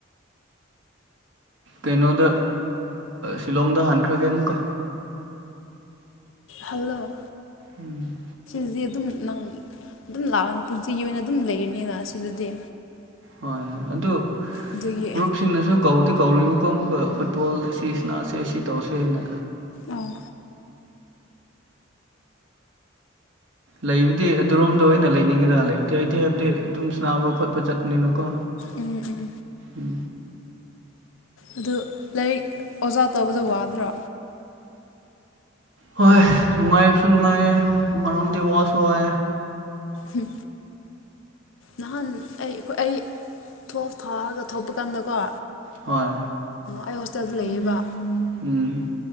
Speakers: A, on the right (about 70°); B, on the left (about 75°).
A: ꯀꯩꯅꯣꯗ ꯁꯤꯂꯣꯡꯗ ꯍꯥꯟꯈ꯭ꯔꯒꯦ ꯑꯃꯨꯛꯀ
B: ꯍꯜꯂꯣ
A: ꯎꯝ
B: ꯑꯗꯨꯗꯤ ꯑꯗꯨꯝ ꯅꯪ ꯑꯗꯨꯝ ꯂꯥꯛꯑꯅꯤ ꯄꯨꯟꯁꯤꯒꯤ ꯑꯣꯏꯅ ꯑꯗꯨꯝ ꯂꯩꯔꯅꯤꯅ ꯑꯁꯤꯗꯗꯤ
A: ꯍꯣꯏꯣꯏ ꯑꯗꯨ
B: ꯑꯗꯨꯒꯤ
A: ꯃꯔꯨꯞꯁꯤꯡꯅꯁꯨ ꯀꯧ ꯑ ꯀꯧꯔꯤꯕꯀꯣ ꯑꯃꯨꯛꯀ ꯐꯨꯠꯕꯣꯜ ꯑꯁꯤ ꯁꯤꯅꯥꯁꯦ ꯑꯁꯤ ꯇꯧꯁꯦꯅ
B: ꯑꯣ
A: ꯂꯩꯕꯨꯗꯤ ꯑꯗꯨꯔꯣꯝꯗ ꯑꯣꯏꯅ ꯂꯩꯅꯤꯡꯒꯗ꯭ꯔ ꯂꯩꯕꯗꯤ ꯑꯩꯗꯤ ꯍꯥꯏꯕꯗꯤ ꯑꯗꯨꯝ ꯁꯅꯥꯕ ꯈꯣꯠꯄ ꯆꯠꯄ ꯅꯅꯀꯣ
B: ꯎꯝ ꯎꯝ
A: ꯎ
B: ꯑꯗꯨ ꯂꯥꯏꯔꯤꯛ ꯑꯣꯖꯥ ꯇꯧꯕꯗ ꯋꯥꯗ꯭ꯔꯥ
A: ꯍꯣꯏ ꯅꯨꯡꯉꯥꯏꯕꯁꯨ ꯅꯨꯡꯉꯥꯏꯌꯦ ꯑꯃꯣꯝꯗꯤ ꯋꯥꯁꯨ ꯋꯥ
B: ꯎꯝ ꯅꯍꯥꯟ ꯑꯩꯣꯏ ꯑꯩ ꯊ ꯊꯥꯔꯒ ꯊꯣꯛꯄ ꯀꯥꯟꯗꯀꯣ
A: ꯍꯣꯏ
B: ꯑꯩ ꯍꯣꯁꯇꯦꯜꯗ
A: ꯎꯝ
B: ꯂꯩꯌꯦꯕ